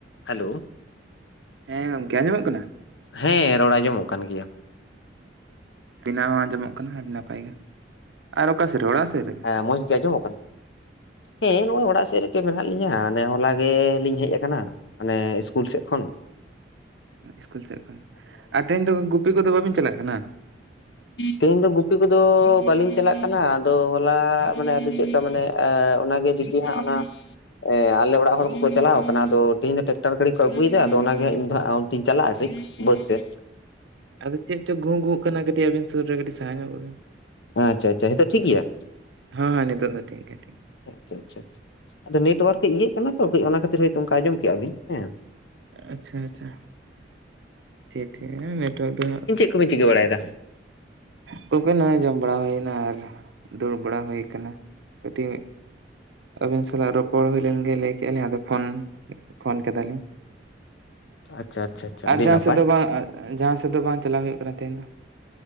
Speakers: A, on the left; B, on the right.
A: Hello
B: ᱦᱮᱸ ᱜᱚᱝᱠᱮ ᱟᱸᱡᱚᱢᱚᱜ ᱠᱟᱱᱟ?
A: ᱦᱮᱸ ᱨᱚᱲ ᱟᱸᱡᱚᱢᱚᱜ ᱠᱟᱱ ᱜᱮᱭᱟ ᱾
B: ᱟᱹᱵᱤᱱᱟᱜ ᱦᱚᱸ ᱟᱸᱡᱚᱢᱚᱜ ᱠᱟᱱᱟ ᱟᱹᱰᱤ ᱱᱟᱯᱟᱭ ᱜᱮ᱾ᱟᱨ ᱚᱠᱟ ᱥᱮᱫ ᱨᱮ ᱚᱲᱟᱜ ᱥᱮᱫ ᱨᱮ?
A: ᱦᱮᱸ ᱢᱚᱸᱡᱽ ᱜᱮ ᱟᱸᱚᱢᱚᱜ ᱠᱟᱱᱟ᱾ ᱦᱮᱸ ᱱᱚᱸᱜ-ᱚᱭ ᱚᱲᱟᱜ ᱥᱮᱫ ᱨᱮᱜᱮ ᱢᱮᱱᱟᱜ ᱞᱤᱧᱟᱹ᱾ ᱦᱚᱞᱟ ᱜᱮ ᱞᱤᱧ ᱦᱮᱡ ᱠᱟᱱᱟ ᱢᱟᱱᱮ ᱤᱥᱠᱩᱞ ᱥᱮᱫ ᱠᱷᱚᱱ ᱾
B: ᱤᱥᱠᱩᱞ ᱥᱮᱫ ᱠᱷᱚᱡ᱾ ᱟᱨ ᱛᱮᱦᱮᱧ ᱫᱚ ᱜᱩᱯᱤ ᱠᱚᱫᱚ ᱵᱟᱹᱵᱤᱱ ᱪᱟᱞᱟᱜ ᱠᱟᱱᱟ?
A: ᱛᱮᱦᱮᱧ ᱫᱚ ᱜᱩᱯᱤ ᱠᱚᱫᱚ ᱵᱟᱹᱞᱤᱧ ᱪᱟᱞᱟᱜ ᱠᱟᱱᱟ ᱟᱫᱚ ᱦᱚᱞᱟ ᱢᱟᱱᱮ ᱟᱫᱚ ᱪᱮᱫ ᱞᱮᱠᱟ ᱢᱟᱱᱮ ᱚᱱᱟᱜᱮ ᱡᱩᱫᱤ ᱦᱟᱸᱜ ᱚᱱᱟ ᱮᱸᱻ ᱟᱞᱮ ᱚᱲᱟᱜ ᱦᱚᱲ ᱠᱚᱠᱚ ᱪᱟᱞᱟᱣ ᱠᱟᱱᱟ᱾ ᱟᱫᱚ ᱛᱤᱦᱤᱧ ᱫᱚ ᱴᱨᱮᱠᱴᱟᱨ ᱜᱟᱹᱰᱤ ᱠᱚ ᱟᱹᱜᱩᱭ ᱫᱟ ᱟᱫᱚ ᱚᱱᱟ ᱜᱮ ᱦᱟᱸᱜ ᱤᱧ ᱦᱟᱸᱜ ᱚᱱᱛᱮᱧ ᱪᱟᱞᱟᱜ-ᱟ ᱠᱟᱹᱡ ᱵᱟᱹᱫᱽ ᱥᱮᱫ᱾
B: ᱟᱫᱚ ᱪᱮᱫ ᱪᱚ ᱜᱷᱚ, ᱜᱷᱚᱜ ᱠᱟᱱᱟ ᱠᱟᱹᱴᱤᱡ ᱟᱵᱤᱱ ᱥᱩᱨ ᱨᱮ ᱠᱟᱹᱴᱤᱡ ᱥᱟᱦᱟ ᱧᱚᱜᱚᱜ ᱵᱤᱱ᱾
A: ᱟᱪᱪᱷᱟ, ᱟᱪᱪᱷᱟ ᱦᱤᱛᱳᱜ ᱴᱷᱤᱠ ᱜᱮᱭᱟ?
B: ᱦᱮᱸ ᱦᱮᱸ ᱱᱤᱛᱚᱜ ᱫᱚ ᱴᱷᱤᱠ ᱜᱮᱭᱟ ᱴᱷᱤᱠ
A: ᱟᱪᱪᱷᱟ, ᱟᱪᱪᱷᱟ, ᱟᱪᱪᱷᱟ ᱟᱫᱚ ᱱᱮᱴᱣᱟᱨᱠ ᱠᱟᱹᱡ ᱤᱭᱟᱹᱜ ᱠᱟᱱᱟ ᱛᱚ ᱠᱟᱹᱡ ᱚᱱᱟ ᱠᱷᱟᱹᱛᱤᱨ ᱦᱳᱭ ᱛᱚ ᱚᱱᱠᱟ ᱟᱸᱡᱚᱢ ᱠᱮᱜ-ᱟ ᱵᱤᱱ ᱦᱮᱸ᱾
B: ᱟᱪᱪᱷᱟ, ᱟᱪᱪᱷᱟ ᱴᱷᱤᱠ ᱴᱷᱤᱠ ᱮᱸᱻ ᱱᱮᱴᱣᱟᱨᱠ ᱜᱮ ᱦᱟᱸᱜ᱾
A: ᱠᱚ ᱵᱤᱱ ᱪᱤᱠᱟᱹ ᱵᱟᱲᱟᱭ ᱫᱟ?
B: ᱠᱚ ᱜᱮ ᱱᱚᱸᱜ-ᱚᱭ ᱡᱚᱢ ᱵᱟᱲᱟ ᱦᱳᱭᱱᱟ ᱟᱨ ᱫᱩᱲᱩᱵ ᱵᱟᱲᱟ ᱦᱳᱭ ᱠᱟᱱᱟ ᱠᱟᱹᱴᱤᱡ᱾ ᱟᱹᱵᱤᱱ ᱥᱟᱞᱟᱜ ᱨᱚᱯᱚᱲ ᱦᱩᱭ ᱞᱮᱱᱜᱮ ᱞᱟᱹᱭ ᱠᱮᱫᱼᱟ ᱞᱤᱧ ᱟᱫᱚ ᱯᱷᱳᱱ ᱯᱷᱳᱱ ᱠᱮᱫᱟ ᱞᱤᱧ᱾
A: ᱟᱪᱪᱷᱟ ᱟᱪᱪᱷᱟ ᱟᱪᱪᱷᱟ
B: ᱟᱨ
A: ᱟᱹᱰᱤ
B: ᱡᱟᱦᱟᱸ
A: ᱱᱟᱯᱟᱭ
B: ᱥᱮᱫ ᱫᱚ ᱵᱟᱝ ᱡᱟᱦᱟᱸ ᱥᱮᱫ ᱫᱚ ᱵᱟᱝ ᱪᱟᱞᱟᱣ ᱦᱩᱭᱩᱜ ᱠᱟᱱᱟ ᱛᱮᱦᱮᱧ ᱫᱚ᱾